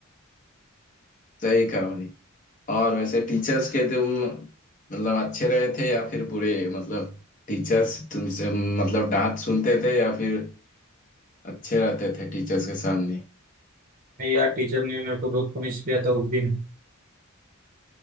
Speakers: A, on the left; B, on the right.
A: सही कहा भाई और वैसे टीचर्स के तुम मतलब अच्छे रहे थे या फिर बुरे मतलब टीचर्स तुमसे मतलब डांट सुनते थे या फिर अच्छे रहते थे टीचर्स के सामने
B: नहीं यार टीचर ने मेरे को बहुत पनिश किया था उस दिन